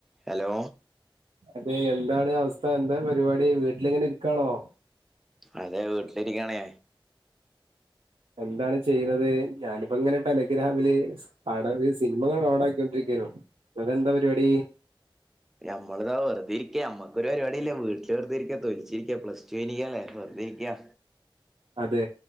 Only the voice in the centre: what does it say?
ഹലോ?
അതെ വീട്ടിലിരിക്കണേ
നമ്മിതാ വെറുത ഇരിക്കുക നമ്മക്ക ഒരു പരിപാടില്ല വീട്ടില് വെറുതെ ഇരിക്ക തൊലിച്ചിരിക്ക പ്ലസ്റ്റു കഴിഞ്ഞ് നിക്കല്ലേ ഏ ക്കാ